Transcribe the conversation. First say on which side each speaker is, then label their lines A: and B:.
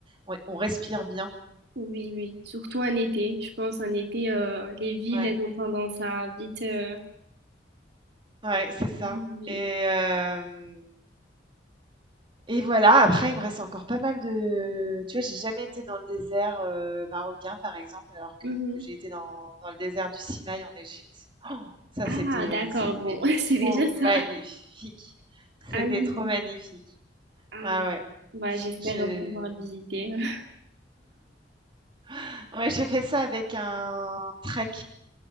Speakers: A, on the right; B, on the right.
A: on on respire bien.
B: Oui, oui, surtout en été. Je pense en été, euh, les villes,
A: Ouais,
B: elles ont tendance à vite. euh,
A: ouais, c'est ça
B: Oui.
A: et hem et voilà, après il me reste encore pas mal de tu vois, j'ai jamais été dans le désert, heu, marocain, par exemple, alors que
B: Mhm.
A: j'ai été dans dans le désert du Sinaï en Égypte. Ça,
B: Ah,
A: c'était
B: d'accord,
A: c'était
B: bon, <laughs> c'est
A: trop
B: déjà ça.
A: magnifique.
B: Ah
A: C'était
B: oui.
A: trop magnifique.
B: Ah,
A: Ah ouais,
B: bah, j'espère
A: je
B: pouvoir visiter. <laughs>
A: <laughs> ouais, j'ai fait ça avec un trek.